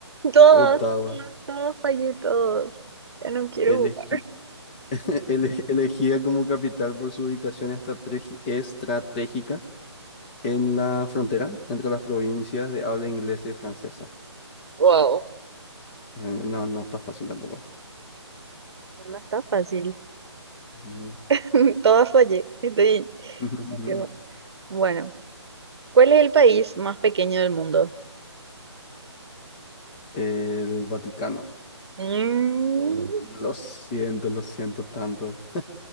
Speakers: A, on the right; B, on the left.
A: Todos,
B: Ottawa,
A: todos, todos fallé, todos. Ya no quiero
B: elegi-
A: jugar.
B: <laughs> ele- elegida como capital por su ubicación estrate- estratégica en la frontera entre las provincias de habla inglesa y francesa.
A: Wow.
B: Eh, no, no está fácil tampoco.
A: Ya No está fácil.
B: No.
A: <laughs> Todas fallé. Estoy...
B: <laughs>
A: me quedo. Bueno, ¿cuál es el país más pequeño del mundo?
B: El Vaticano.
A: Mm.
B: Lo siento, lo siento tanto.